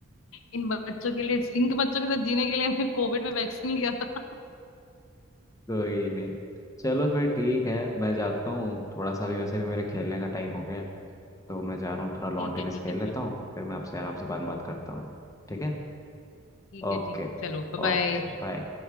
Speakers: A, on the left; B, on the left.
A: इन बच्चों के लिए इनके बच्चों के साथ जीने के लिए हमने कोविड में वैक्सीन लिया था
B: कोई नहीं चलो फिर ठीक है मैं जाता हूँ थोड़ा सा भी वैसे भी मेरे खेलने का टाइम हो गया है, तो मैं जा रहा हूँ थोड़ा लॉन
A: ठीक
B: टेनिस
A: है ठीक
B: खेल
A: है चलो।
B: लेता हूँ फिर मैं आपसे आराम से बात बात करता हूँ ठीक है
A: ठीक
B: Okay
A: है ठीक है चलो बाय बाय
B: okay bye